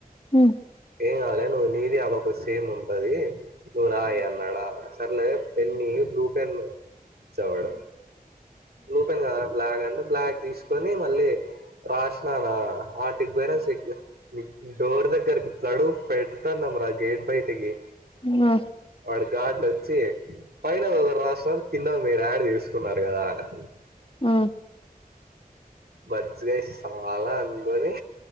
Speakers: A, on the left; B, on the right.
A: మ్
B: ఏం కద్లే నువ్వు నీది ఆ పాపా ది సేమ్ ఉంటది నువ్ రాయి అన్నాడా సర్లే పెన్ని బ్లూ పెన్ ఇచ్చా వాడు బ్లూ పెన్ కద్ రా అంటే బ్లాక్ తీస్ కొని మళ్ళీ రాసినాన ఆటికి పోయిన సేక్ డోర్ దెగ్గర ఇట్లా అడుగు పెడతానం రా గేట్ బయటికి
A: ఇంగా
B: వాడు ఘాట్ వచ్చి పైనది ఒకరు రాసిన కింద మీరు యాడ్ చేసుకున్నారు కదా అనా
A: ఆ
B: బచ్చగాయ్ సాలా అనుకోని